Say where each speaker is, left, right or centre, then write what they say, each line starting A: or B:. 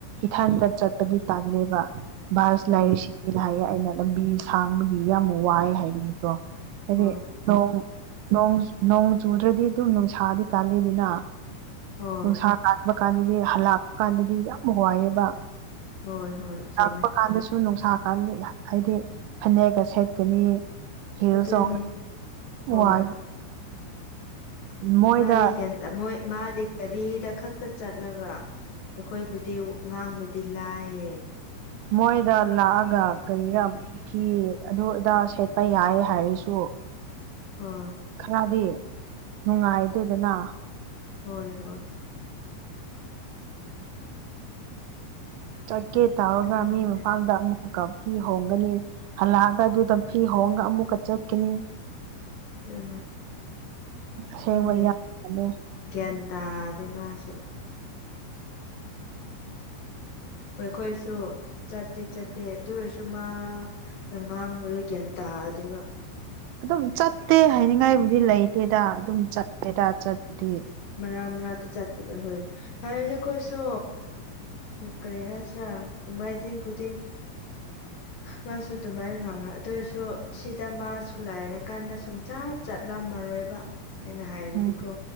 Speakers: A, on the right; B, on the left.
A: ꯏꯊꯥꯟꯇ ꯆꯠꯄꯒꯤ ꯇꯥꯡꯂꯦꯕ ꯕꯥꯔꯁ
B: ꯍꯣꯏ
A: ꯂꯥꯏꯁꯤ ꯁꯤꯅ ꯍꯥꯏꯌꯦ ꯑꯩꯅ ꯂꯝꯕꯤ ꯁꯥꯡꯕꯒꯤ ꯌꯥꯝ ꯋꯥꯏ ꯍꯥꯏꯕꯒꯤꯀꯣ ꯍꯥꯏꯗꯤ
B: ꯍꯣꯏ
A: ꯅꯣꯡ ꯅꯣꯡ ꯆꯨꯗ꯭ꯔꯗꯤ ꯑꯗꯨꯝ ꯅꯨꯡꯁꯥꯗꯤ ꯀꯥꯜꯂꯤꯗꯅ
B: ꯍꯣꯏ
A: ꯅꯨꯡꯁꯥ ꯀꯥꯟꯕ ꯀꯥꯟꯗꯗꯤ ꯍꯜꯂꯛꯄ ꯀꯥꯟꯗꯗꯤ ꯌꯥꯝ ꯋꯥꯏꯑꯕ
B: ꯍꯣꯏ ꯍꯣꯏ ꯆꯨꯝꯃꯦ
A: ꯂꯥꯛꯄ ꯀꯥꯟꯗꯁꯨ ꯅꯨꯡꯁꯥ ꯀꯥꯟꯗ ꯍꯥꯏꯗꯤ ꯐꯅꯦꯛꯀ ꯁꯦꯠꯀꯅꯤ ꯍꯁ
B: ꯑꯗꯨꯏꯅꯦ ꯍꯣꯏ
A: ꯋꯥꯏ ꯃꯣꯏꯗ
B: ꯃꯥꯗꯤ ꯀꯟꯇ ꯃꯣꯏ ꯃꯥꯗꯤ ꯒꯥꯔꯤꯗ ꯈꯛꯇ ꯆꯠꯂꯒ ꯑꯩꯈꯣꯏꯕꯨꯗꯤ ꯉꯥꯡꯕꯗꯤ ꯂꯥꯏꯌꯦ
A: ꯃꯣꯏꯗ ꯂꯥꯛꯑꯒ ꯀꯔꯤꯔꯥ ꯐꯤ ꯑꯗꯨꯗꯥ ꯁꯦꯠꯄ ꯌꯥꯏ ꯍꯥꯏꯔꯁꯨ
B: ꯑꯣ
A: ꯈꯔꯗꯤ ꯅꯨꯡꯉꯥꯏꯗꯦꯗꯅ
B: ꯍꯣꯏ ꯍꯣꯏ
A: ꯆꯠꯀꯦ ꯇꯧꯔꯒ
B: ꯈꯪꯗꯦ
A: ꯃꯤ ꯃꯐꯝꯗ ꯑꯃꯨꯛ ꯑꯃꯨꯛꯀ ꯐꯤ ꯍꯣꯡꯒꯅꯤ ꯍꯜꯂꯛꯑꯒ ꯑꯗꯨꯗ ꯐꯤ ꯍꯣꯡꯒ ꯑꯃꯨꯛꯀ ꯆꯠꯀꯅꯤ
B: ꯎꯝ
A: ꯑꯁꯦꯡꯕ
B: ꯗꯦ
A: ꯌꯥꯝꯕꯅꯦ
B: ꯒ꯭ꯌꯥꯟ ꯇꯥ ꯑꯗꯩ ꯃꯥꯁꯨ ꯑꯩꯈꯣꯏꯁꯨ ꯆꯠꯇꯤ ꯆꯠꯇꯦ ꯇ ꯑꯣꯏꯔꯁꯨ ꯃꯥ ꯅ ꯉꯥꯡꯕꯗꯣ ꯒ꯭ꯌꯥꯟ ꯇꯥꯗꯤ ꯃꯥ
A: ꯑꯗꯨꯝ ꯆꯠꯇꯦ ꯍꯥꯏꯅꯤꯡꯉꯥꯏꯕꯨꯗꯤ ꯂꯩꯇꯦꯗ ꯑꯗꯨꯝ ꯆꯠꯂꯦꯗ ꯆꯠꯄꯗꯤ
B: ꯃꯔꯅꯥ ꯃꯔꯅꯥꯛꯇ ꯆꯠꯄꯗ ꯍꯣꯏ ꯍꯥꯏꯕꯗꯤ ꯑꯩꯈꯣꯏꯁꯨ ꯀꯔꯤ ꯍꯥꯏꯁꯤ꯭ꯔꯥ ꯎꯃꯥꯏꯖꯤꯡ ꯈꯨꯗꯤꯡ ꯃꯥꯁꯨ ꯑꯗꯨꯃꯥꯏꯅ ꯉꯥꯡꯉ ꯑꯗꯨ ꯑꯣꯏꯔꯁꯨ ꯁꯤꯗ ꯃꯥꯁꯨ ꯂꯥꯏꯔꯀꯥꯟꯗ ꯁꯨꯝ ꯆꯥ ꯆꯠꯂꯝꯃꯔꯣꯏꯕ ꯑꯩꯅ ꯍꯥꯏꯕꯗꯤꯀꯣ
A: ꯎꯝ